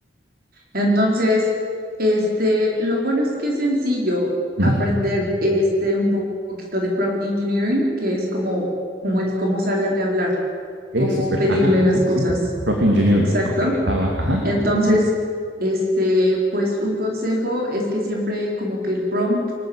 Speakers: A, on the right; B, on the right.
A: Entonces, este, lo bueno es que es sencillo
B: ujú,
A: aprender este un po- poquito de prompt engineering, que es como, como el cómo saberle hablar,
B: Ok,
A: cómo
B: súper.
A: pedirle
B: Ajá.
A: las
B: Sí, sí.
A: cosas.
B: Prop engineering.
A: Exacto.
B: Ok. Ah, va. Ajá.
A: Entonces, este, pues un consejo es que siempre como que el prompt